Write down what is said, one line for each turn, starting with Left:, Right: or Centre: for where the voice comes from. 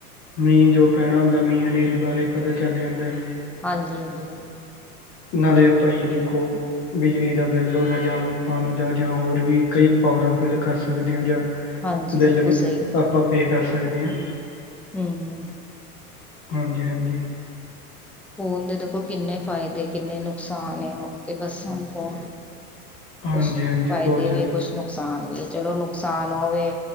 Left: ਮੀਂਹ ਜੋ ਪੈਣਾ ਹੁੰਦਾ ਮੀਂਹ ਹਨੇਰੀ ਬਾਰੇ ਪਤਾ ਚੱਲ ਜਾਂਦਾ ਹੈ।
Centre: ਹਾਂਜੀ-ਹਾਂਜੀ
Left: ਨਾਲੇ ਆਪਾਂ ਈ ਦੇਖੋ। ਬਿਜਲੀ ਦਾ ਬਿੱਲ ਹੋਵੇ ਜਾਂ ਪਾਣੀ ਦਾ ਜਾਂ ਹੋਰ ਵੀ ਕਈ ਫੋਰਮ ਫਿਲ ਕਰ ਸਕਦੇ ਹਾ। ਜਾਂ
Centre: ਹਾਂਜੀ
Left: ਬਿੱਲ
Centre: ਬਿਲਕੁਲ
Left: ਵੀ
Centre: ਸਹੀ
Left: ਆਪਾਂ ਪੇ ਕਰ ਸਕਦੇ ਹਾਂ।
Centre: ਹਮ
Left: ਹਾਂਜੀ-ਹਾਂਜੀ
Centre: ਫੋਨ ਦੇ ਦੇਖੋ ਕਿੰਨੇ ਫਾਇਦੇ ਕਿੰਨੇ ਨੁ ਨੁਕਸਾਨ ਤੇ ਬੱਸ ਨੂੰ ਫ
Left: ਹਾਂਜੀ
Centre: ਕੁਛ
Left: ਹਾਂਜੀ
Centre: ਫਾਇਦੇ
Left: ਬਹੁਤ ਜ਼ਿਆਦਾ
Centre: ਵੀ ਕੁਛ ਨੁਕਸਾਨ ਵੀ ਹੈ। ਚਲੋ ਨੁਕਸਾਨ ਹੋਵੇ।